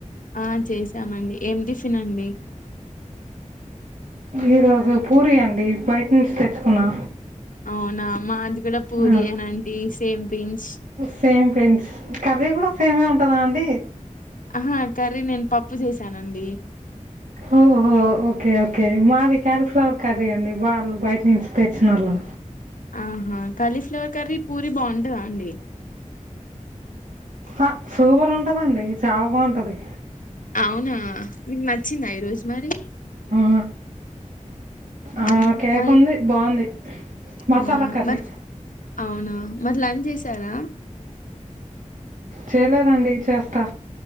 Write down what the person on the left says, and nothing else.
ఆ చేసామండి ఏం టిఫిన్ అండి
అవునా మాది కూడా పూరి
అనండి same pinch
ఆహా కర్రీ నేను పప్పు చేశానండి
ఆహా కళీఫ్లవర్ కర్రీ పూరి బాగుంటదా అండి
అవునా నీకు నచ్చిందా ఈ రోజు మరి
మ్మ్.
మరి
అవునా
మరి అవునా మరి లంచ్ చేసారా